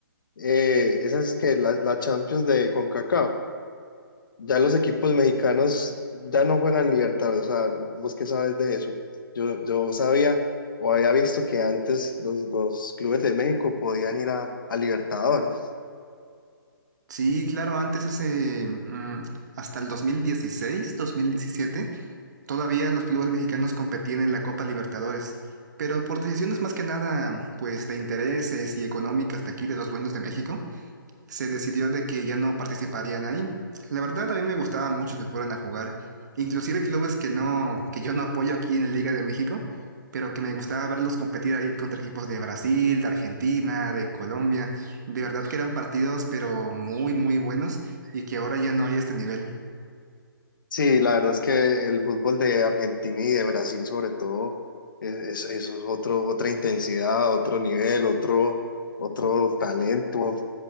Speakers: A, on the left (about 65°); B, on the right (about 50°).
A: eh, esas que la, la Champions de CONCACAF. Ya los equipos mexicanos ya no juegan Libertadores. O sea, ¿vos qué sabes de eso? Yo, yo sabía o había visto que antes los, los clubes de México podían ir a, a Libertadores.
B: Sí, claro, antes hace mm, hasta el dos dos mil dieciséis dos mil diecisiete Todavía los clubes mexicanos competían en la Copa Libertadores, pero por decisiones más que nada, pues de intereses y económicas de aquí de los dueños de México, se decidió de que ya no participarían ahí. La verdad, a mí me gustaba mucho que fueran a jugar, inclusive clubes que no, que yo no apoyo aquí en la Liga de México, pero que me gustaba verlos competir ahí contra equipos de Brasil, de Argentina, de Colombia. De verdad que eran partidos, pero muy, muy buenos y que ahora ya no hay este nivel.
A: Sí, la verdad es que el fútbol de Argentina y de Brasil sobre todo es, es- eso es otro, otra intensidad, otro nivel, otro, otro talento.